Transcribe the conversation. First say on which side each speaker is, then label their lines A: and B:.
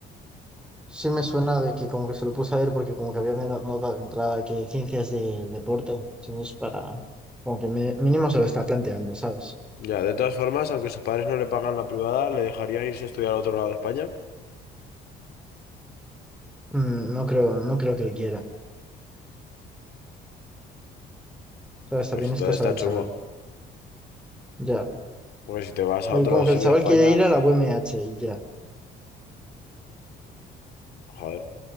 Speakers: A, in the centre; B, on the left.
A: Sí me suena de que como que se lo puse a ver porque como que había menos nota de entrada que ciencias del deporte. Entonces para, como que mi- mínimo se lo está planteando, ¿sabes?
B: Ya, de todas formas, aunque sus padres no le pagan la privada, le dejarían irse a estudiar a otro lado de España.
A: Mm, No creo, no creo que él quiera. o ¿Sabes? También
B: Pues entonces
A: es cosa
B: está
A: del
B: chungo.
A: chaval. Ya.
B: Porque si te vas a
A: Él
B: otro
A: como que
B: sitio
A: el chaval
B: de España,
A: quiere ir a la UMH y ya.
B: joder,